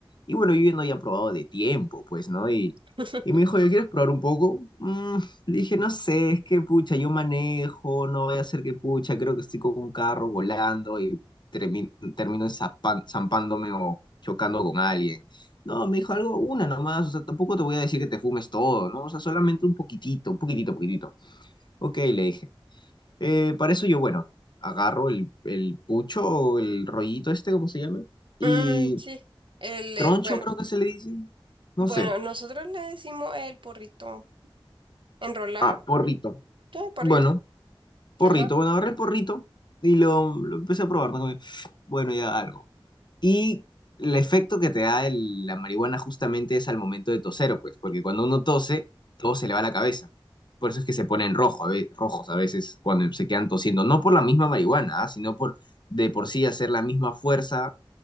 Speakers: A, on the left; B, on the right.
A: y bueno, yo ya no había probado de tiempo, pues, ¿no? Y,
B: <laughs>
A: y me dijo, ¿yo quieres probar un poco? Mm, le dije, no sé, es que pucha, yo manejo, no voy a hacer que pucha, creo que estoy con un carro volando y termi- termino zapan- zampándome o chocando con alguien. No, me dijo algo, una nomás, o sea, tampoco te voy a decir que te fumes todo, ¿no? O sea, solamente un poquitito, un poquitito, poquitito. Ok, le dije. Eh, para eso yo, bueno, agarro el, el pucho o el rollito este, cómo se llame, y
B: Mm, sí, el,
A: troncho
B: eh, bueno,
A: creo que se le dice, no
B: bueno,
A: sé.
B: nosotros le decimos el porrito, enrolar,
A: Ah, porrito.
B: sí, porrito,
A: Bueno, porrito.
B: ajá.
A: Bueno, agarré el porrito y lo, lo empecé a probar, ¿no? Como que, bueno, ya algo. Y el efecto que te da el- la marihuana justamente es al momento de toser, pues, porque cuando uno tose, todo se le va a la cabeza. Por eso es que se ponen rojo, a ve- rojos a veces cuando se quedan tosiendo, no por la misma marihuana, ah, sino por de por sí hacer la misma fuerza